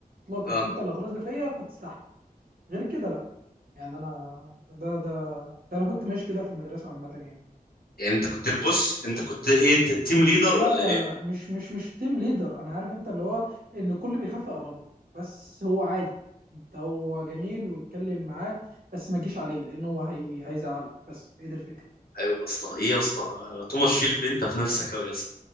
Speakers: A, on the right (about 75°); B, on the left (about 80°).
A: اطلاقا
B: اه
A: انت اللي هترز فيا فتستحمل غير كده لا يعني انا ده ده ده انا كنت ماشي كده في المدرسه عامه يعني
B: يعني انت كنت البص انت كنت ايه ت- تيم ليدر
A: لا
B: ولا
A: لا
B: ايه
A: لا مش مش مش تيم ليدر انا عارف انت اللي هو ان الكل بيخاف يقرب له بس هو عادي انت هو جميل واتكلم معاه بس ما تجيش عليه لانه هو هي... هيزعلك بس هي دي الفكره
B: ايوه يا اسطى ايه يا اسطى توماس شيلب انت في نفسك اوي يا اسطى